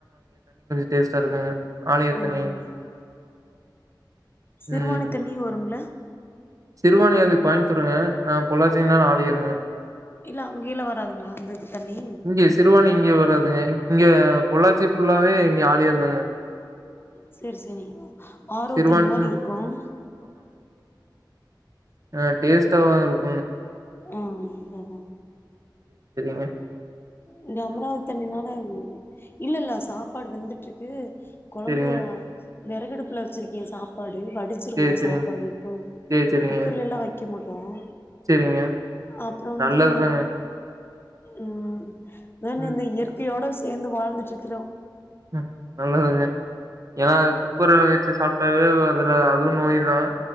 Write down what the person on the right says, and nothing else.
டேஸ்டா இருக்குங்க ஆழியார்
தண்ணி.
ம்.
சிறுவாணி அது கோயம்புத்தூருங்க நா பொள்ளாசின்னா ஆழியாருங்க
இங்க சிறுவாணி இங்க வராதுங்க இங்க பொள்ளாச்சி ஃபுல்லாவே இங்க ஆழியாறுதாங்க
சிறுவாணி
ம்
ஆ டேஸ்ட்டாவுருக்
எ
சரிங்க,
சரி, சரிங்க,
சரி, சரிங்க,
சரிங்க.
நல்லது தாங்க.
ம்,
ம் நல்லதுங்க ஏனா குக்கர் வச்சு சாப்பிட்டாவே அதுல அதும் நோய் தான்